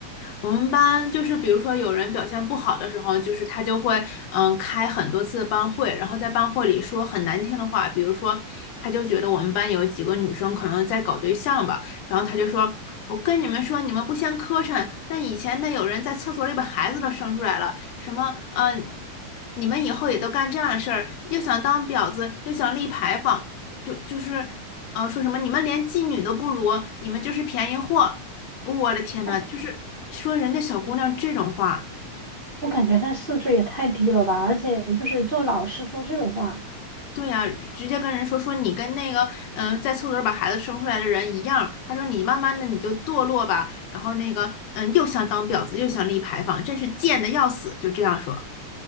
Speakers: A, on the left; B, on the right.
A: 我们班就是比如说有人表现不好的时候，就是他就会嗯开很多次班会，然后在班会里说很难听的话，比如说他就觉得我们班有几个女生可能在搞对象吧，然后他就说。我跟你们说，你们不嫌磕碜，那以前那有人在厕所里把孩子都生出来了，什么嗯、呃你们以后也都干这样的事儿，又想当婊子，又想立牌坊，就就是，呃，说什么你们连妓女都不如，你们就是便宜货，我的天呐，
B: 我
A: 就是说人家小姑娘这种话，
B: 我感觉他素质也太低了吧，而且就是做老师说这种话，
A: 对呀、直接跟人说说你跟那个嗯、呃在厕所里把孩子生出来的人一样，他说你慢慢的你就堕落吧，然后那个嗯、又想当婊子又想立牌坊，真是贱的要死，就这样说。